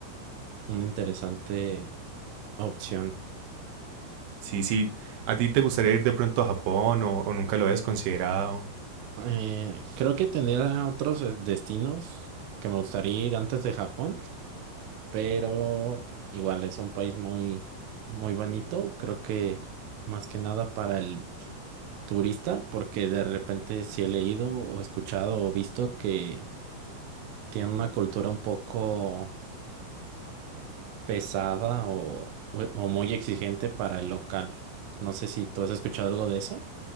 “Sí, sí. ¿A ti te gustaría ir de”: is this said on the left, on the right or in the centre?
Right